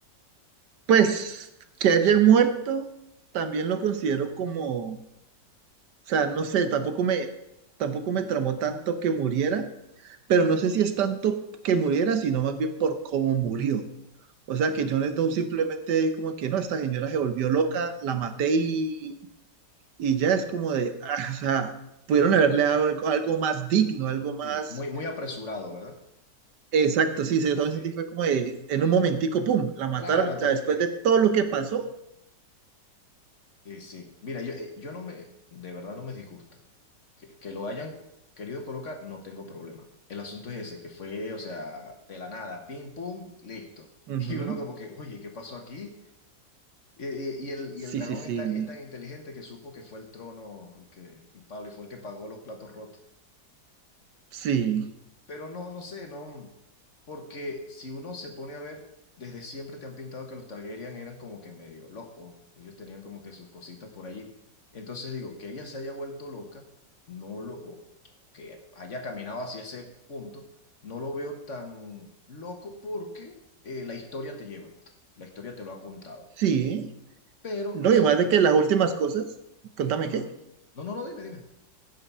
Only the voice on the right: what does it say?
pues
que haya muerto, también lo considero como, o sea, no sé, tampoco me, tampoco me tramó tanto que muriera, pero no sé si es tanto que muriera, sino más bien por cómo murió. O sea,
que Jon Snow simplemente como que no, esta señora se volvió loca, la maté
y ya es como de, ah, o sea, pudieron
haberle dado algo, algo más digno, algo más...
Exacto, sí, sí, yo
también sentí, fue como de, en un momentico, pum, la mataron,
o
sea, después de todo lo que pasó.
Ujú.
Sí,
sí, sí,
sí,
sí.
No,
y además de
que las últimas cosas, contame
qué.